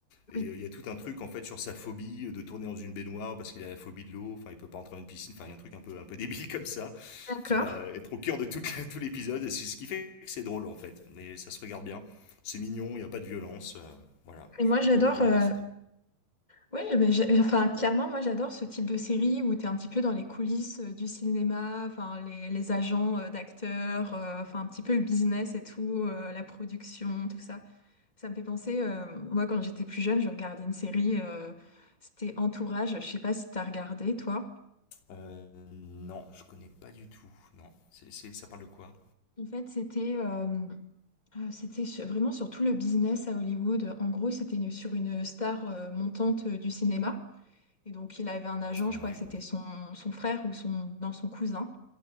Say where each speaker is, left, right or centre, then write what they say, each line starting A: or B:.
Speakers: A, on the left; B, on the left.
A: Et
B: Oui.
A: euh, il y a tout un truc en fait sur sa phobie de tourner dans une baignoire parce qu'il a la phobie de l'eau. Enfin, il peut pas entrer dans une piscine. Enfin, il y a un truc un peu un peu débile <laughs> comme ça
B: D'accord.
A: qui va être au cœur de tout, tout l'épisode. C'est ce qui fait que c'est drôle en fait. Mais ça se regarde bien. C'est mignon, il n'y a pas de violence. euh, voilà,
B: Et
A: je
B: moi,
A: peux
B: j'adore.
A: te recommander
B: euh,
A: ça.
B: Oui, mais j'ai- enfin, clairement, moi, j'adore ce type de série où tu es un petit peu dans les coulisses euh, du cinéma, enfin, les, les agents euh, d'acteurs, euh, enfin, un petit peu le business et tout, euh, la production, tout ça. Ça me fait penser, euh, moi quand j'étais plus jeune, je regardais une série, euh, c'était Entourage, je sais pas si t'as regardé toi.
A: Euh, non, je connais pas du tout. Non. C'est, c'est- ça parle de quoi
B: En fait, c'était euh, euh, c'était sur- vraiment sur tout le business à Hollywood. En gros, c'était une- sur une star euh, montante euh, du cinéma. Et donc, il avait un agent,
A: Ouais.
B: je crois que c'était son, son frère ou son, non, son cousin.